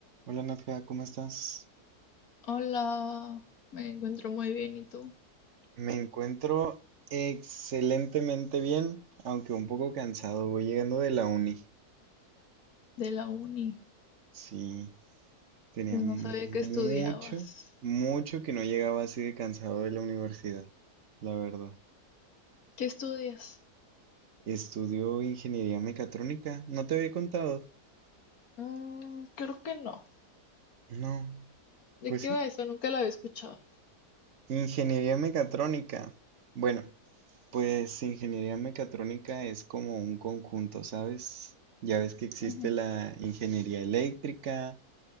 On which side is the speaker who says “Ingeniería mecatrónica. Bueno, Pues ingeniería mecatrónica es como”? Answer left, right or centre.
Right